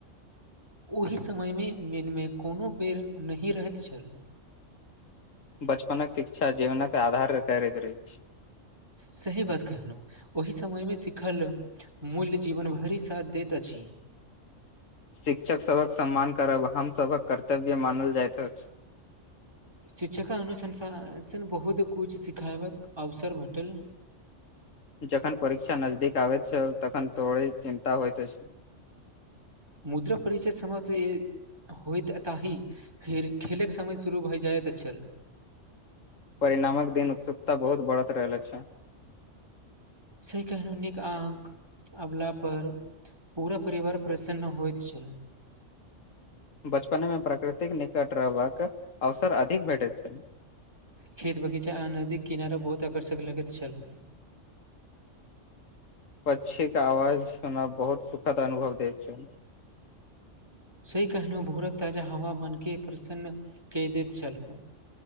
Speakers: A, on the right; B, on the left.
A: ओहि समयमे मनमे कोनो बैर नहि रहैत छल
B: बचपन शिक्षा जीवनक आधार <unintelligible> करैत रही
A: सही बात कहलहुँ ओहि समयमे सिखल मूल्य जीवन भरि साथ दैत अछि।
B: शिक्षक सभक सम्मान करब हम सभक कर्तव्य मानल जाइत अछि।
A: शिक्षकक अनुशासनसे बहुत कुछ <unintelligible> सिखेबक अवसर भेटल
B: जखन परीक्षा नजदीक आबैत छल तखन तोरे चिन्ता होइत अछि
A: मुद्र परिचय समयथ <unintelligible> होयत ताहि फेर खेलेके समय शुरू भए जाएत छल
B: परिणामक दिन उत्सुकता बहुत बढ़ल <unintelligible> रहैत छल
A: से केहनो नीक अंक अवला पर पूरा परिवार प्रसन्न होइत छल।
B: बचपनेमे प्राकृतिक निकट रहबाक अवसर अधिक भेटैत छै
A: खेत, बगीचा आ नदीक किनारा बहुत आकर्षक लगैत छल।
B: पक्षीक आवाज सुनब बहुत सुखद अनुभव देै छै
A: सही कहलहुँ भोरक ताजा हवा मनके प्रसन्न कऽ दैत छल